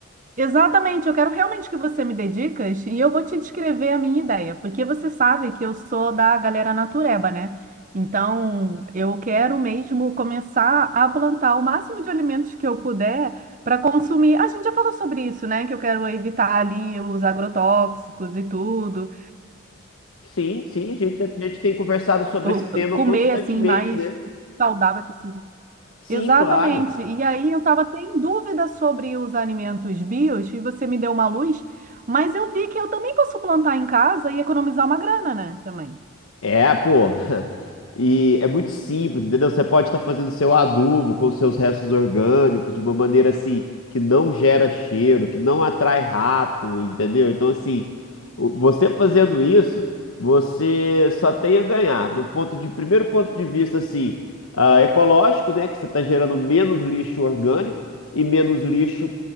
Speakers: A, on the right; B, on the left.
A: Exatamente, eu quero realmente que você me dê dicas e eu vou te descrever a minha ideia, porque você sabe que eu sou da galera natureba, né? Então, eu quero mesmo começar a plantar o máximo de alimentos que eu puder para consumir. A gente já falou sobre isso, né? Que eu quero evitar ali os agrotóxicos e tudo.
B: Sim, sim, a gente, a gente tem conversado sobre
A: co-
B: esse tema
A: comer
B: constantemente,
A: assim mais
B: né?
A: saudável possível.
B: Sim,
A: Exatamente.
B: claro.
A: E aí eu estava até em dúvida sobre os alimentos bios e você me deu uma luz, mas eu vi que eu também posso plantar em casa e economizar uma grana, né? Também.
B: É, pô. <laughs> E é muito simples, entendeu? Você pode estar fazendo seu adubo com seus restos orgânicos de uma maneira assim que não gera cheiro, que não atrai rato, entendeu? Então, assim, o- você fazendo isso, você só tem a ganhar. Do ponto de primeiro ponto de vista, assim, ah, ecológico, né? Que você está gerando menos lixo orgânico e menos lixo